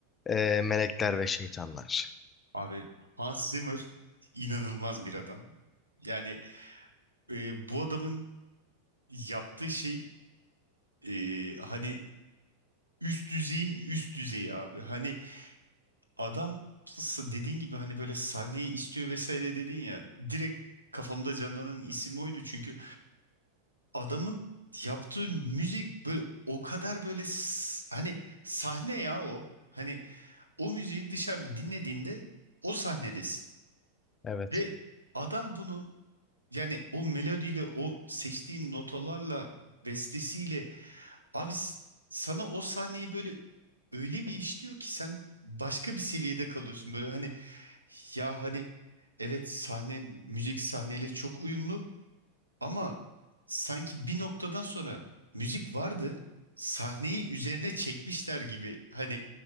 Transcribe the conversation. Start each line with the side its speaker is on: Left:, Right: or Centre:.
Left: e, Melekler ve Şeytanlar.
Right: abi Hans Zimmer inanılmaz bir adam. Yani e, bu adamın yaptığı şey e, hani üst düzeyin üst düzeyi abi. Hani adam s- dediğin gibi hani böyle sahneyi istiyor vesaire dedin ya direkt kafamda canlanan isim oydu çünkü adamın yaptığı müzik böyle o kadar böyle s- hani sahne ya o. Hani o müziği dışarıda dinlediğinde o sahnedesin.
Left: Evet.
Right: Ve adam bunu yani o melodiyle o seçtiğin notalarla bestesiyle abi s- sana o sahneyi böyle öyle bir işliyor ki sen başka bir seviyede kalıyorsun. Böyle hani ya hani evet sahne müzik sahneyle çok uyumlu ama sanki bir noktadan sonra müzik vardı. Sahneyi üzerine çekmişler gibi. Hani